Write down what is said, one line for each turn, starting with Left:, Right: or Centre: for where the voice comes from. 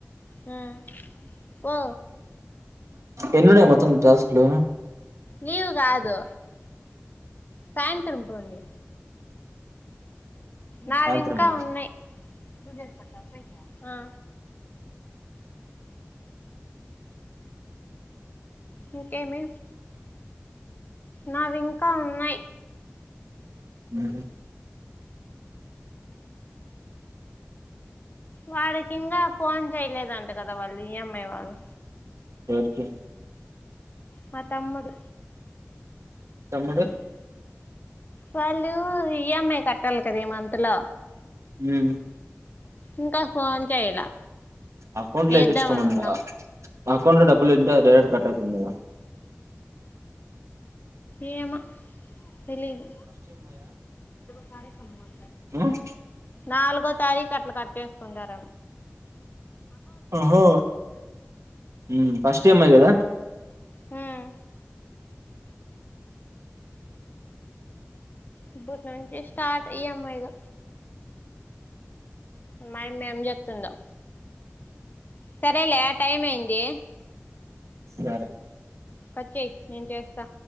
Left: హ్మ్ పో
Right: ఎన్నున్నాయి మొత్తం టాస్క్లు
Left: నీవు కాదు. సాయంత్రం పోండి నావి
Right: సాయంత్రమా
Left: ఇంకా ఉన్నాయి గుజర్ పట్టాప్పయి క అ ఇంకేమి నావి ఇంకా ఉన్నాయ్
Right: ఆ
Left: వాడికి ఇంకా ఫోన్ చేయలేదంట కదా వాళ్ళు ఈ ఎం ఐ వాళ్ళు
Right: ఎవరికి
Left: మా తమ్ముడు
Right: తమ్ముడు
Left: వాళ్ళు ఈ ఈ ఎం ఐ కట్టాలి కదా ఈ మంత్లో
Right: హ్మ్
Left: ఇంకా ఫోన్ చేయలా
Right: అకౌంట్
Left: వేద్దామని
Right: లో వేయించుకోమంట
Left: ఉన్నాం
Right: అకౌంట్ లో డబ్బులు ఏంట డైరెట్ కట్టయితున్నాయ
Left: ఏమొ తెలీదు సారే సమం
Right: మ్
Left: నాలుగో తారీఖు అట్లా కట్టేసుకుంటార
Right: ఆహా హ్మ్ ఫస్ట్ ఇ ఎం ఐ గదా
Left: హ్మ్ ఇప్పటి నుంచి స్టార్ట్ ఇ ఎం ఐ లు మాయమ్మ ఎం చెస్తుందో సరేలే టైం అయింది
Right: సరే
Left: కట్ చెయ్ నేను చేస్తా